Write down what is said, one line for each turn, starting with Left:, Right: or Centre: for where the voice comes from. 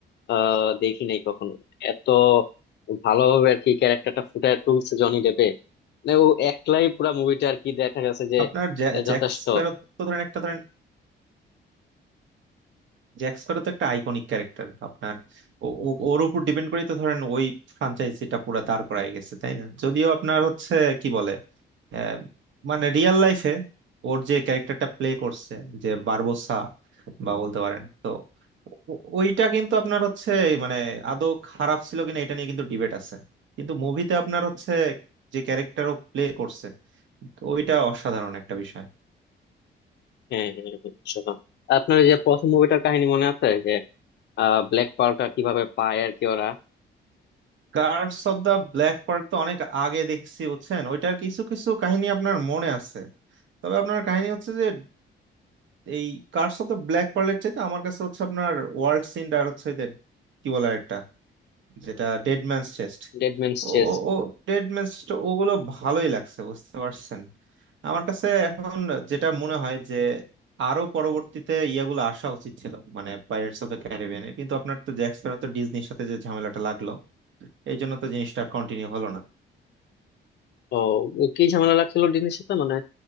Left: আহ দেখি নাই কখনো এত ভালোভাবে আর কি ক্যারেক্টারটা ফুটায় তুলছে জনি ডেপে মানে ও একলাই পুরো মুভিটা আর কি দেখা গেছে যে
Right: আপনার জ্যা-
Left: আহ, যথেষ্ট
Right: জ্যাক স্প্যারো তো ধরেন একটা ধরেন জ্যাক স্প্যারো তো একটা আইকনিক ক্যারেক্টার আপনার ও- ও- ওর উপর ডিপেন্ড করেই তো ধরেন ওই ফ্রাঞ্চাইজিটা পুরা দাঁড় করায় গেছে তাই না যদিও আপনার হচ্ছে কি বলে আহ, মানে রিয়েল লাইফে ওর যে ক্যারেক্টারটা প্লে করছে যে বারবোসা বা বলতে পারেন তো ও- ওইটা কিন্তু আপনার হচ্ছে মানে আদৌ খারাপ ছিল কিনা এটা নিয়ে কিন্তু ডিবেট আছে কিন্তু মুভিতে আপনার হচ্ছে যে ক্যারেক্টার ও প্লে করছে তো ওইটা অসাধারণ একটা বিষয়
Left: হ্যাঁ হ্যাঁ হ্যাঁ, সেরকম। আপনার ওই যে প্রথম মুভিটার কাহিনী মনে আছে যে আহ ব্ল্যাক পার্কার কিভাবে পায় আর কি ওরা
Right: Curse of the black part তো অনেক আগে দেখছি বুঝছেন ওইটার কিছু কিছু কাহিনী আপনার মনে আছে তবে আপনার কাহিনী হচ্ছে যে এই কার্স অফ দা ব্ল্যাক পার্লের চাইতে আমার কাছে হচ্ছে আপনার ওয়ার্ল্ড সিন আর হচ্ছে ওই যে কি বলে একটা যেটা ডেড ম্যানস চেস্ট
Left: ডেডম্যানস
Right: ও
Left: চেস?
Right: ও ও ডেড ম্যানস চেস্ট ওগুলো ভালোই লাগছে বুঝতে পারছেন আমার কাছে এখন যেটা মনে হয় যে আরো পরবর্তীতে ইয়েগুলো আসা উচিত ছিল মানে পাইরেটস অফ দ্য ক্যারিবিয়ানে কিন্তু আপনার তো জ্যাক স্প্যারো তো ডিজনির সাথে যে ঝামেলাটা লাগলো এই জন্য তো জিনিসটা কন্টিনিউ হলো না
Left: ও কি ঝামেলা লাগছিল ডিনের সাথে মানে